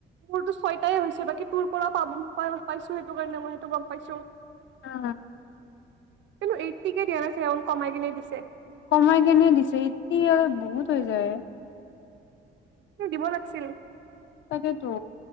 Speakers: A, on the right; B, on the left.
A: মোৰতো ছয়টাই হৈছে বাকী তোৰ পৰাও পাব পাইছো সেইটো কাৰণে মই সেইটো গম পাইছো
B: অ
A: কিন্তু এইটটি কে দিয়া নাছে এন কমাই কিনে দিছে
B: কমাই কেনে দিছে এইটি অলপ বহুত হৈ যায়।
A: দিব লাগিছিল।
B: তাকেইতো